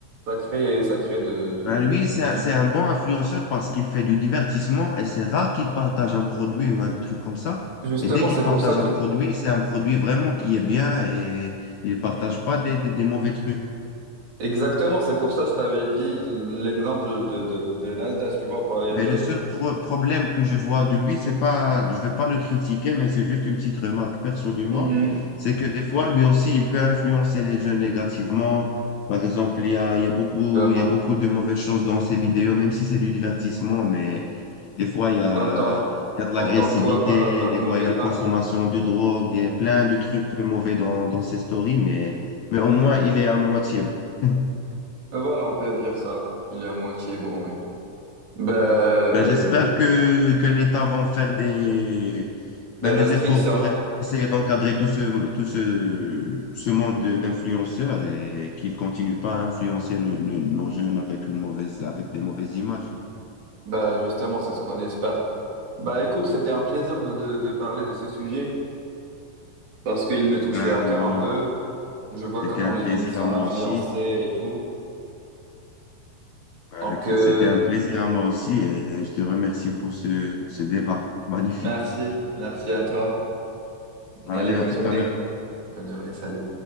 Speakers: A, on the right; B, on the left.
A: ça crée, ça crée de, de,
B: Ben, lui,
A: du...
B: c'est, un- c'est un bon influenceur parce qu'il fait du divertissement et c'est rare qu'il partage un produit ou un truc comme ça.
A: Justement,
B: Et dès qu'il
A: c'est pour
B: partage
A: ça que...
B: un produit, c'est un produit vraiment qui est bien et il partage pas des, des, des mauvais trucs.
A: Exactement, c'est pour ça que je t'avais dit l'exemple de, de, de Nasdaq, tu vois, par les
B: Mais
A: d'autres.
B: le seul pro- problème que je vois de lui, c'est pas, je vais pas le critiquer, mais c'est juste une petite remarque perso de moi,
A: Mhm.
B: c'est que des fois, lui aussi, il peut influencer les jeunes négativement. Par exemple, il y a, il y a beaucoup,
A: Comment?
B: il y a beaucoup de mauvaises choses dans ses vidéos, même si c'est du divertissement, mais des fois, il y a,
A: T'entends,
B: il y a de
A: t'entends
B: l'agressivité,
A: quoi par, par
B: des
A: mauvais...
B: fois, il y a la consommation
A: Ah,
B: de drogue, il y a plein de trucs mauvais dans, dans ses stories, mais, mais au moins, il est à moitié bon. <laughs>
A: voilà, on peut dire ça. Il est à moitié bon, oui. Ben... euh,
B: Ben, j'espère que, que l'État va faire des,
A: Des
B: ben,
A: restrictions.
B: des efforts pour essayer d'encadrer tout ce, tout ce, ce monde de- d'influenceurs et qu'ils ne continuent pas à influencer nos, nos- nos jeunes avec une mauvaise, avec des mauvaises images.
A: Bah justement, c'est ce qu'on espère. Bah écoute, c'était un plaisir de, de, de parler de ce sujet parce qu'il me touchait
B: Ben,
A: à cœur un peu. Je vois
B: c'était
A: comment
B: un
A: les
B: plaisir
A: jeunes y sont
B: à moi
A: influencés
B: aussi.
A: et tout.
B: Ben,
A: Donc
B: le plus-
A: euh,
B: c'était un plaisir à moi aussi et je te remercie pour ce, ce débat magnifique.
A: merci, merci à toi.
B: Allez,
A: Allez, bonne
B: à tout
A: journée.
B: à l'heure.
A: Bonne journée, salut.